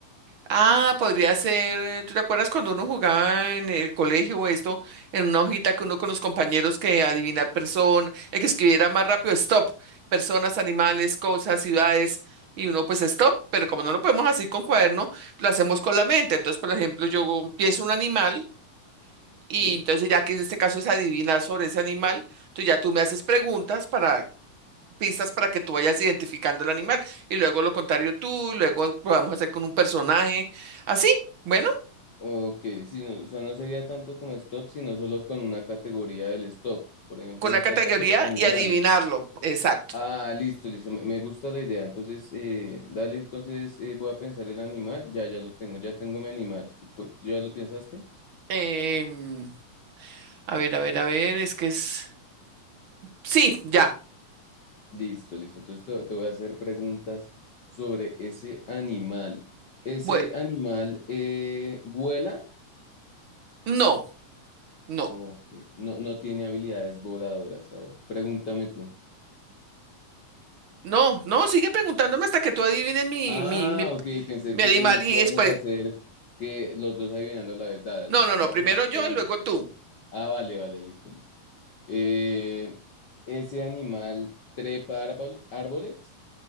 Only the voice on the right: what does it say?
Ah, podría ser, ¿tú te acuerdas cuando uno jugaba en el colegio o esto, en una hojita que uno con los compañeros que adivinar persona, el que escribiera más rápido, stop, personas, animales, cosas, ciudades, y uno pues stop, pero como no lo podemos así con cuaderno, lo hacemos con la mente. Entonces, por ejemplo, yo pienso un animal y
entonces ya que en este caso es adivinar sobre ese animal, entonces ya tú me haces preguntas para pistas para que tú vayas identificando el animal y luego lo contrario tú, y luego lo vamos a hacer con un personaje, así, bueno,
con
una
categoría
y adivinarlo, exacto.
Em, a ver, a ver, a ver, es que es... Sí, ya,
bueno,
no, no,
no, no, sigue preguntándome hasta que tú adivines mi,
mi, mi,
mi
animal y
después,
no,
no, no,
primero
yo
y luego tú.